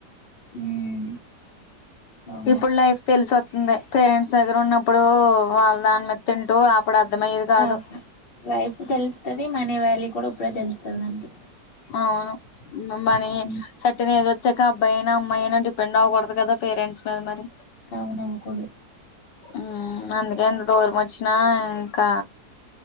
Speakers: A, on the left (about 50°); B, on the left (about 85°).
A: ఉమ్ అవును
B: ఇప్పుడు లైఫ్ తెలిసి వత్తంది పేరెంట్స్ దగ్గర ఉన్నప్పుడు వాళ్ళ దాని మీద తింటూ అప్పుడు అర్థమయ్యేది
A: <unintelligible>
B: కాదు
A: లైఫ్ తెలుత్తది మనీ వాల్యూ కూడా ప్పుడే తెలుస్తాది మనకి
B: అవును ఉమ్ మని
A: ఉమ్,
B: సర్టేన్ ఏజ్ వచ్చాక అబ్బాయి అయినా అమ్మాయి అయినా డిపెండ్ అవ్వకూడదు కదా పేరెంట్స్ మీద మరి
A: అవును అవ్వకూడదు
B: ఉమ్మ్ అందుకే ఎంత దూరం వచ్చినా ఇంకా